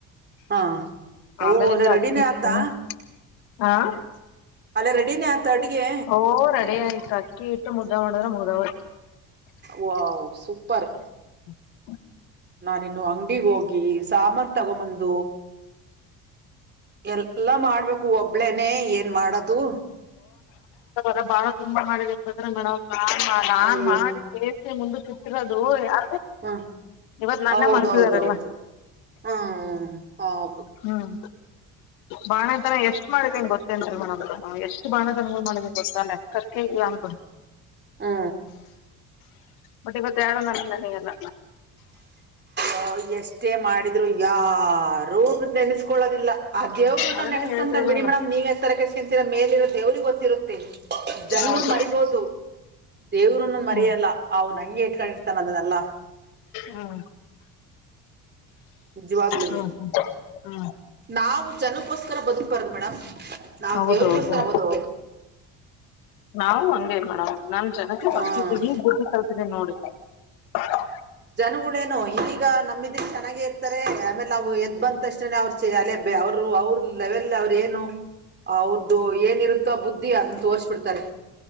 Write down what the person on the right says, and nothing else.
ಹಾ ಓ
ಅಲ್ಲೇ ರೆಡಿನೇ
ಆತಾ
ಅಲ್ಲೆಡಿನೇ ಆತ ಅಡ್ಗೆ
ವ ಸೂಪರ್
ನಾನಿನ್ನು ಅಂಗಗ್ ಹೋಗಿ ಸಾಮತ್ ತಗೊಂಬಂದ ಎಲ್ಲ ಮಾಡ್ಬೇಕು ಒಬ್ಬ ಒಬ್ಳೇನೆ ಏನ್ ಮಾಡದು
ಅಯ್ಯೋ
ಹ
ಹೌದೌದೌದು
ಹ್ಮ್ ಹೌದು
ಹಾ.
ಅ ಎಷ್ಟೇ ಮಾಡಿದ್ರು ಯ ರೋೋಗ ನೆನೆಸ್ಕೊಳ್ಳೋದ. ಇಲ್ಲ ಆ ದೇವ್ರನ್ನ
ನೆಸ್ಕಂತಂದ
ಬಿಡಿ
ಮೇಡಮ್ ನೀವ್ ಎತ್ತರ ಕಷ್ಟಕಂತರ ಮೇಲಿ ಇೋ ದೇವ್ರರಿಗೆ ಗೊತ್ತಿರುತ್ತೇ. ಜನಗಳು
ಮರಿಬೋುದು ದೇವರು ನ ಮರಿಯಲ್ಲ
ಅವ ನಂಗೆ ಇಟ್ಕೊಂಡ. ಅದು ನಲ್ಲಾ.
ನಿಜವಾಗ್ಲಿವ
ನಾವು ಜನಕ್ಕೋಸ್ಕರ ಬದುಕ್ಬಾರ್ದ ಮೇಡಮ್. ನಾವ್
ದೇವ್ರಗೋಸ್ಕರ
ಬದು.
ಹ್ಮ್
ಜನಗಳೇನು ಈವೀಗ ನಮ್ಮಿದ್ರೆ ಚೆನ್ನಾಗೇ ಇರ್ತಾರೆ ಆಮೇಲೆ ನಾವು ಎದ್ ಬಂದಕ್ಷಣ ಅವ್ರು ಚ ಅಲ್ಲ ಅವರು ಅವ್ರ ಲೆವೆಲ್ ಅವ್ರ ಏನು ಅವ್ರ್ದು ಏನಿರುತ್ತೋ ಬುದ್ಧಿ ಅದನ್ನ ತೋರ್ಸ್ಬಿಡ್ತಾರೆ.